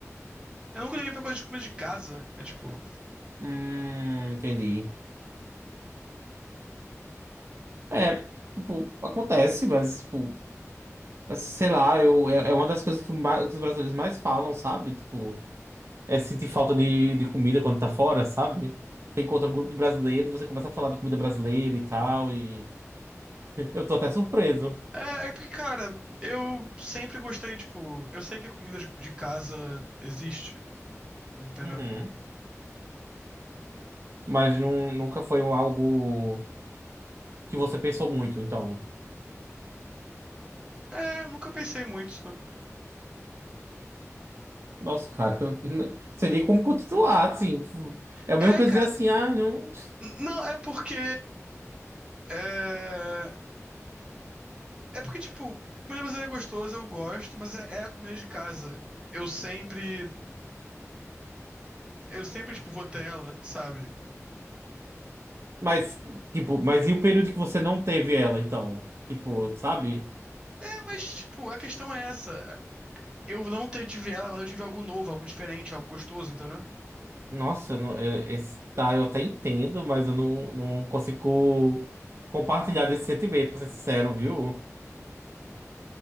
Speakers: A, on the right; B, on the right.
A: eu nunca liguei pra coisa de comida de casa. É tipo.
B: Hum, entendi. É, tipo, acontece, mas, tipo, sei lá, eu, é, é uma das coisas que, mais- que os brasileiros mais falam, sabe? Tipo, é sentir falta de, de comida quando tá fora, sabe? Você encontra um grupo de brasileiros e você começa a falar de comida brasileira e tal, e <laughs> eu tô até surpreso.
A: É, é porque, cara, eu sempre gostei, tipo, eu sei que a comida de, de casa existe, entendeu?
B: Uhum. Mas nun- nunca foi um algo que você pensou muito, então.
A: É, eu nunca pensei muito sobre.
B: Nossa, cara, <laughs> eu não sei nem como continuar, assim. tipo, É a
A: É,
B: mesma coisa
A: cara.
B: dizer assim, ah, não.
A: Não, é porque. É, É porque, tipo, comida brasileira é gostosa, eu gosto, mas é, é a comida de casa. Eu sempre, eu sempre, tipo, vou ter ela, sabe?
B: Mas, tipo, mas e o período que você não teve ela, então? Tipo, sabe?
A: É, mas, tipo, a questão é essa. Eu não te- tive ela, mas eu tive algo novo, algo diferente, algo gostoso, entendeu?
B: Nossa, não- é- esse, tá, eu até entendo, mas eu não, não consigo compartilhar desse sentimento, pra ser sincero, viu?